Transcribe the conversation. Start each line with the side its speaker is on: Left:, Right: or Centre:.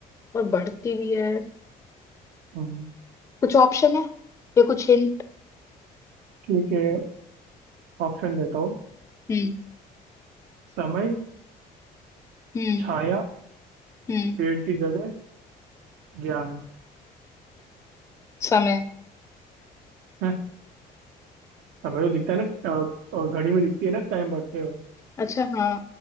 Left: और बढ़ती भी है
Right: हम्म,
Left: कुछ ऑप्शन है या कुछ हिंट
Right: ठीक है ऑप्शन देता हूँ
Left: हम्म
Right: समय हम्म
Left: हम्म
Right: छाया
Left: हम्म
Right: पेड़ की जड़ें ज्ञान
Left: समय
Right: है समय तो दिखता है ना अ, अ, घड़ी में दिखती है ना टाइम बढ़ते हुए
Left: अच्छा हाँ